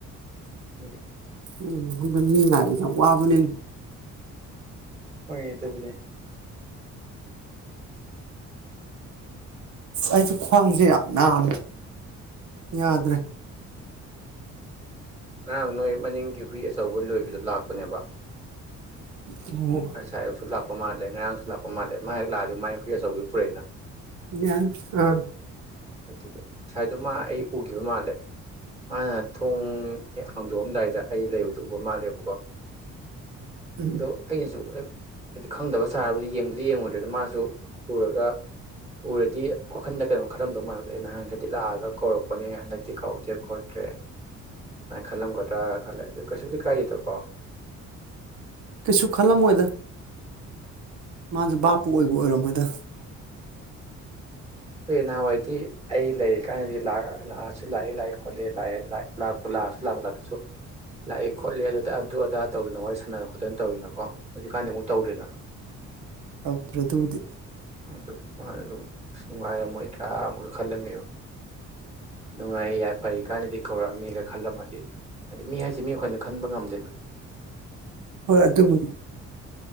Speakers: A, on the right; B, on the right.
A: <unintelligible>
B: ꯎꯝ ꯑꯗꯨ ꯃꯤ ꯉꯥꯏꯕꯁꯦ ꯌꯥꯝ ꯋꯥꯕꯅꯤꯅꯦ꯫
A: ꯍꯣꯏ ꯑꯗꯨꯕꯨꯗꯤ꯫
B: ꯑꯩꯁꯨ ꯈ꯭ꯋꯥꯡꯁꯦ ꯌꯥꯝ ꯅꯥꯔꯦ ꯌꯥꯗ꯭ꯔꯦ꯫
A: ꯉꯔꯥꯡ ꯅꯣꯏ ꯃꯅꯤꯡꯒꯤ ꯍꯨꯏ ꯑꯆꯧꯕ ꯂꯣꯏꯕꯤꯗꯣ ꯂꯥꯛꯄꯅꯦꯕ꯫
B: <unintelligible>
A: ꯉꯁꯥꯏ ꯑꯌꯨꯛꯁꯨ ꯂꯥꯛꯄ ꯃꯥꯜꯂꯦ ꯉꯔꯥꯡꯁꯨ ꯂꯞꯄ ꯃꯥꯜꯂꯦ ꯃꯥ ꯍꯦꯛ ꯂꯥꯛꯑꯗꯤ ꯃꯥꯥꯏ ꯍꯨꯏ ꯑꯆꯧꯕꯤ ꯄꯨꯔꯛꯏꯅ꯫
B: ꯌꯥꯅꯤ ꯑꯥ
A: ꯑꯗꯨꯒꯤ ꯉꯁꯥꯏꯗꯣ ꯃꯥ ꯑꯩ ꯎꯈꯤꯕ ꯃꯥꯜꯂꯦ꯫ ꯃꯥꯅ ꯊꯣꯡ ꯍꯦꯛ ꯍꯥꯡꯗꯣꯛꯑꯝꯗꯥꯏꯗ ꯑꯩ ꯂꯩꯕꯗꯨ ꯎꯕ ꯃꯥꯜꯂꯦꯕꯀꯣ꯫
B: ꯎꯝ
A: ꯗꯣ ꯑꯩꯅꯁꯨ ꯍꯦꯛ ꯈꯪꯗꯕ ꯁꯥꯔꯒꯥ ꯌꯦꯡꯕꯗꯤ ꯌꯦꯡꯉꯨꯗ꯭ꯔꯦꯗ ꯃꯥꯁꯨ ꯎꯔꯒ, ꯎꯔꯗꯤ ꯋꯥꯈꯟꯗ ꯀꯩꯅꯣ ꯈꯜꯂꯝꯗꯧ ꯃꯟꯕ ꯑꯩ ꯅꯍꯥꯟ ꯈꯩꯗꯤ ꯂꯥꯛꯑꯒ ꯀꯧꯔꯛꯄꯅꯦ ꯍꯟꯗꯛꯇꯤ ꯀꯧꯔꯛꯇꯦ ꯈꯣꯠ ꯇ꯭ꯔꯦ ꯑꯗꯨꯃꯥꯏꯅ ꯈꯜꯂꯝꯒꯗ꯭ꯔꯥꯒ ꯈꯜꯂꯦ ꯑꯗꯨ ꯀꯩꯁꯨꯕꯨꯗꯤ ꯀꯥꯏꯗꯦꯗꯀꯣ꯫
B: ꯀꯩꯁꯨ ꯈꯜꯂꯝꯃꯣꯏꯗ꯫ ꯃꯥꯖꯨ ꯕꯥꯞꯄꯨ ꯑꯣꯏꯕꯨ ꯑꯣꯏꯔꯝꯃꯣꯏꯗ
A: ꯑꯦ ꯅꯍꯥꯟꯋꯥꯏꯗꯤ ꯑꯩ ꯂꯩꯔꯤꯀꯥꯟꯗꯗꯤ ꯂꯥꯛꯑꯁꯨ ꯂꯥꯛꯑꯦ ꯂꯥꯏꯑꯦ ꯈꯣꯠꯂꯦ ꯂꯥꯛꯑꯦ ꯂꯥꯏ ꯂꯥꯛꯄꯨ ꯂꯥꯛꯑꯁꯨ ꯂꯥꯛꯄꯨ ꯂꯥꯛꯇꯔꯁꯨ ꯂꯥꯛꯑꯦ ꯈꯣꯠꯂꯦ ꯑꯗꯨꯗ ꯑꯗꯨ ꯑꯗꯥ ꯇꯧꯗꯅ ꯋꯥꯔꯤ ꯁꯥꯟꯅ ꯈꯣꯠꯇꯅ ꯇꯧꯔꯤꯅꯀꯣ ꯍꯧꯖꯤꯛꯀꯥꯟꯗꯤ ꯑꯃꯨꯛ ꯇꯧꯗ‍꯭ꯔꯦꯅ
B: ꯇꯧꯗ꯭ꯔꯦ ꯑꯗꯨꯕꯨꯗꯤ
A: ꯑꯗꯨ ꯃꯥꯅ ꯑꯗꯨꯝ ꯑꯁ ꯅꯨꯡꯉꯥꯏꯔꯝꯃꯣꯏꯗ꯭ꯔꯥ ꯑꯃꯨꯛꯀꯥ ꯈꯜꯂꯝꯃꯦꯕ ꯅꯨꯡꯉꯥꯏ ꯌꯥꯏꯐꯔꯤ ꯀꯥꯟꯗꯗꯤ ꯀꯧꯔꯛꯑꯃꯤꯒ ꯈꯜꯂꯝꯃꯗꯤ ꯍꯥꯏꯗꯤ ꯃꯤ ꯍꯥꯏꯁꯤ ꯃꯤ ꯋꯥꯈꯜꯗꯤ ꯈꯟꯕ ꯉꯝꯗꯦꯗꯅ
B: ꯍꯣꯏ ꯑꯗꯨꯕꯨꯗꯤ